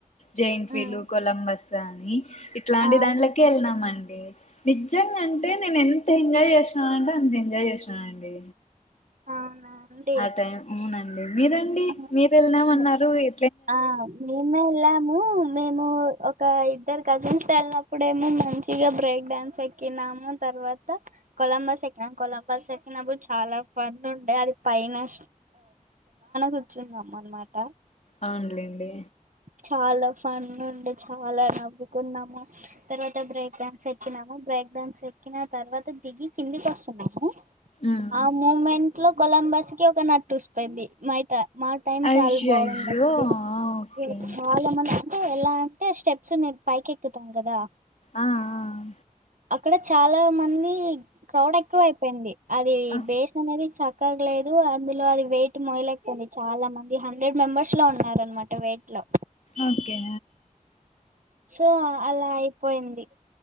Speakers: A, on the left; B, on the right.
A: జైన్ట్ వీలు
B: ఉమ్,
A: కొలంబస్ కానీ ఇట్లాంటి
B: ఆ
A: దాంట్లకె వెళ్ళినాం అండి డి నిజంగా అంటే నేను ఎంత ఎంజాయ్ చేషినను అంటే అంత ఎంజాయ్ చేషినను అండి
B: అవునా అండి
A: ఆ టైం ఊ నండి మీరండి
B: ఆ
A: మీరు వెళ్నామన్నారు
B: మే-
A: ఎ
B: ఆ మేమే వెళ్ళాము మేము ఒక్ క ఇద్దరు కజిన్స్ తో వెళ్ళినప్పుడేమో మంచిగా బ్రేక్ డాన్స్ ఎక్కినాము తర్వాత కొలంబస్ ఎక్కినా కొలంబస్ ఎక్కినప్పుడు చాలా ఫన్ ఉండే అది పైన గుర్చున్నాం అనమాట
A: అవునులేండి
B: చాలా ఫన్ ఉండే చాలా నవ్వుకున్నాము తర్వాత బ్రేక్ డాన్స్ ఎక్కినాము బ్రేక్ డాన్స్ ఎక్కిన తర్వాత దిగి కిందికి వస్తున్నాము.
A: ఉమ్
B: ఆ మూమెంట్ లో కొలంబస్ కి ఒక నట్టుస్ పెంది మైట మా టైం
A: అయ్యయ్యో
B: చాలా బాగుందండి.
A: ఓకే
B: క్కడ చాలా మంది అంటే ఎలాంటె స్టెప్స్ నేన్ పైకేకుతాం గదా
A: ఆ ఆ
B: అక్కడ చాలా మంది క్రౌడ్ ఎక్కువ అయిపోయింది అది
A: ఆ
B: బేస్ అనేది చ క్కర్లేదు అందులో అది వెయిట్ మోయలేక పోయింది చాలా మంది హండ్రెడ్ మెంబర్స్ లో ఉన్నారు అనమాట వెయిట్ లో
A: ఓకే
B: సో అలా అయిపోయింది